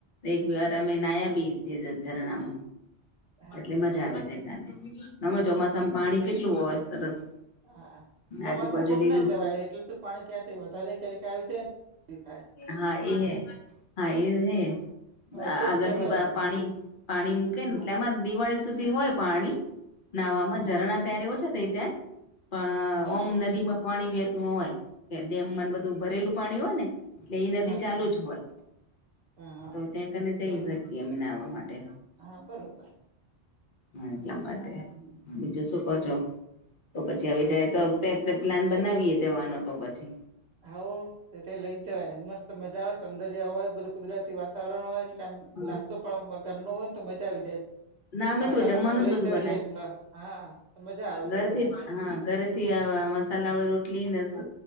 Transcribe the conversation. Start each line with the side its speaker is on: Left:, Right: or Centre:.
Left: એક બે વાર
Right: હા
Left: અમે નાયા બી એતરણમ
Right: અચ્છા
Left: એટલી મજા આવે દ કનેમે ચોમાસામાં પાણી કેટલું હોય સરસ
Right: હા ચોમાસા
Left: આજુબાજુ
Right: બહુ
Left: લીલું
Right: ના જવાય એટલે શું પાણી ક્યાંથી વધારે ક્યારેક આવી જાયને
Left: હા એ હે હા એ હે
Right: વચ્ચે
Left: આગળ
Right: જ જવાય
Left: થી પાણી પાણી મૂકે ને
Right: હા
Left: એટલે આમાં દિવાળી સુધી હોય પાણી નાહવામાં
Right: હા હા
Left: ઝરણા ત્યારે ઓછા થઈ જાય પણ
Right: હમ
Left: ઓમ નદીમાં પાણી વહેતું હોય કે ડેમ માં બધું ભરેલું પાણી હોય ને એટલે એ નદી
Right: હમ અચ્છા
Left: ચાલુ જ હોય
Right: હા હા
Left: તો ત્યાં કને જઈ
Right: બરોબર
Left: શકીએ અમે નાવા માટે
Right: હા બરોબર
Left: હા જ મળતા
Right: <inaudible>
Left: બીજું શું કર છો તો પછી આવી જ તો પ્લાન બનાવીએ જવાનો તો પછી
Right: હા તે લઈ જય મસ્ત મજા આવે સૌંદર્ય હોય બધું કુદરતી વાતાવરણ હોય એટલે આમ
Left: હ
Right: નાસ્તો પણ ઘર ન હોય ને તો મજા આવી જાય
Left: ના અમે
Right: પાથર
Left: તો જમવાનું
Right: નું
Left: જ
Right: લઈ
Left: બધું
Right: જઈએને
Left: બનાય
Right: તો હા મજા આવે
Left: ઘરેથી
Right: બધું
Left: જ
Right: એ
Left: હા ઘરે થી મસાલા વાળી રોટલી ને